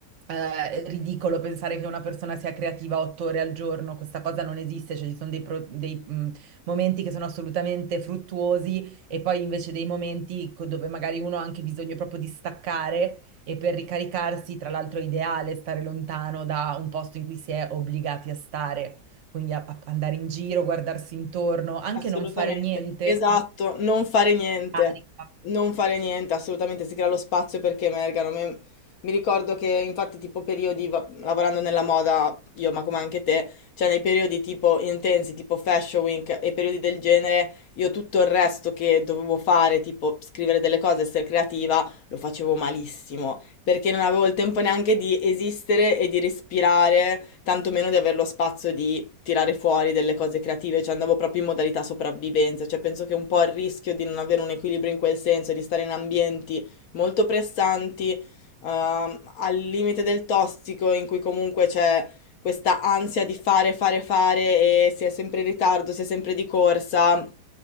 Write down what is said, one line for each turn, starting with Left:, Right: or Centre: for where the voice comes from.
Right: eh, ridicolo pensare che una persona sia creativa otto ore al giorno, questa cosa non esiste, cioè ci sono dei, pro- dei, mh, momenti che sono assolutamente fruttuosi e poi invece dei momenti co- dove magari uno ha anche bisogno proprio di staccare e per ricaricarsi, tra l'altro è ideale stare lontano da un posto in cui si è obbligati a stare, quindi a- a- andare in giro, guardarsi intorno, anche
Left: Assolutamente,
Right: non fare niente,
Left: esatto,
Right: comunque
Left: non fare niente,
Right: carica.
Left: non fare niente, assolutamente si crea lo spazio perché emergano. Me- mi ricordo che infatti tipo periodi, va- lavorando nella moda, io ma come anche te, cioè nei periodi tipo intensi, tipo Fashion Week e periodi del genere, io tutto il resto che dovevo fare, tipo scrivere delle cose, essere creativa, lo facevo malissimo perché non avevo il tempo neanche di esistere e di respirare, tantomeno di avere lo spazio di tirare fuori delle cose creative, cioè andavo proprio in modalità sopravvivenza, cioè penso che un po' il rischio di non avere un equilibrio in quel senso e di stare in ambienti molto pressanti, ehm, al limite del tossico, in cui comunque c'è questa ansia di fare, fare, fare e si è sempre in ritardo, si è sempre di corsa,